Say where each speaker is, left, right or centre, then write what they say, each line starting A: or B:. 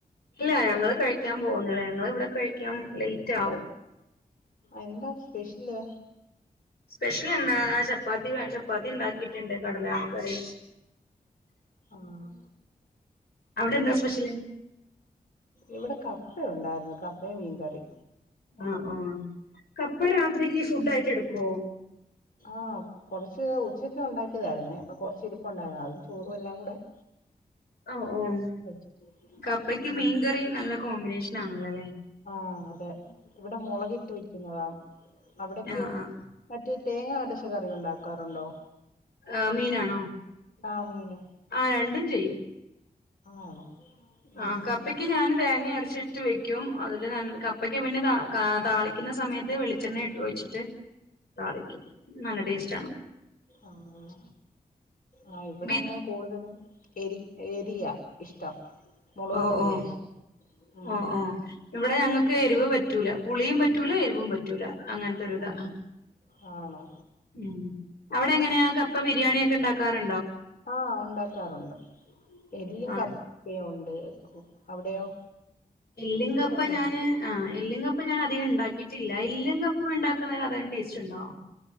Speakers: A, on the left; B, on the left.
A: ഇല്ല ഞങ്ങള് കഴിക്കാൻ പോകുന്ന തേള്ളു ഞങ്ങള് ഇവിടെ കഴിക്കാൻ ലേറ്റ് ആവും
B: എന്താ സ്പെഷ്യല്
A: സ്പെഷ്യൽ എന്നാ ചപ്പാത്തി ചപ്പാത്തി ഉണ്ടാക്കിട്ടുണ്ട് കടല കറി
B: ആഹ്
A: അവിടെ എന്താ സ്പഷ്യല്
B: ഇവിടെ കപ്പയുണ്ടായിരുന്നു കപ്പയും മീൻകറി
A: അഹ് ആഹ് കപ്പ രാത്രിക്ക് ഫുഡ് ആയിട്ട് എടുക്കുവോ
B: ആഹ് കുറച്ച് ഉച്ചക്ക് ഉണ്ടാക്കിയതായിര്ന്നേ ഇപ്പൊ കൊറച്ച് ഇരിപ്പണ്ടായിരുന്നു അതും ചോറും എല്ലാം കൂടെ <inaudible>
A: ഓഹ് ഓഹ്
B: കഴിച്ചു
A: കപ്പയ്ക്ക്
B: ഉം
A: മീൻകറി നല്ല കോമ്പിനേഷൻ ആണല്ലോല്ലേ
B: ആഹ് അതെ ഇവിടെ മുളക് ഇട്ടു വെക്കുന്നതാ അവിടക്കെയോ
A: ആഹ് ആഹ്
B: മറ്റേ തേങ്ങ അരച്ച് കറി ഉണ്ടാക്കാറുണ്ടോ
A: ആഹ് മീനാണോ
B: ആ മീനും
A: ആഹ് രണ്ടും ചെയ്യും
B: ആണോ ഉം
A: ആഹ് കപ്പയ്ക്ക് ഞാൻ തേങ്ങ അരച്ചിട്ട് വെ ക്ക്യും അതില് നല്ല കപ്പയ്ക്ക് പിന്നെ താ കാ താളിക്കുന്ന സമയത്ത് വെളിച്ചെണ്ണ <unintelligible> ഒഴിച്ചിട്ട് താളിക്കും. നല്ല ടേസ്റ്റ് ആണ്.
B: ആഹ് ആഹ് ഇവിടെ
A: ബി
B: അങ്ങനെ കൂടുതലും എരി എരിയ ഇഷ്ടം മുളക്
A: ഓഹ്
B: കറിയാ
A: ഓഹ്
B: ഇഷ്‌ടം. ഉം
A: ഓഹ് ഓഹ് ഇവിടെ ഞങ്ങൾക്ക് എരിവ് പറ്റൂല പുളിയും പറ്റൂല എരിവും പറ്റൂല അങ്ങൻ ത്തരുത
B: ഉം ഉം ആണോ
A: ഉം അവിടെ എങ്ങനെയാ കപ്പ ബിരിയാണിയൊക്കെ ഉണ്ടാക്കാറു
B: ആഹ് ഉണ്ടാക്കാറുണ്ട് എല്ലും
A: ആ
B: ക യ ഉണ്ട് എക്കോ അവിടെയോ
A: ഇല്ലിങ്കപ്പ
B: എല്ലും കപ്പയില്ലേ
A: ഞാന് ആഹ് എല്ലും കപ്പും ഞാൻ അധികം ഉണ്ടാക്കിയിട്ടില്ല എല്ലും കപ്പും ഉണ്ടാക്കുന്ന അത് ടേസ്റ്റ് ഉണ്ടോ